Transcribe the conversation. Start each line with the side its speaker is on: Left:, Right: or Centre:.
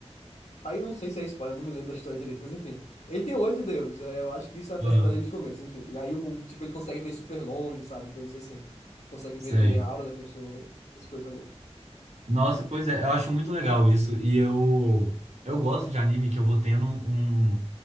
Left: Aí eu não sei se é spoiler, eu não me lembro da história direito, mas enfim. Ele tem o olho de Deus, é, eu acho que isso é apresentado
Right: aham,
Left: desde o começo, enfim. E aí, o, tipo, ele consegue ver super longe, sabe? Coisas assim. Consegue
Right: sei.
Left: ver também a aura da pessoa, as coisas
Right: Nossa, pois é, eu acho muito legal isso. E eu, eu gosto de anime que eu vou tendo um,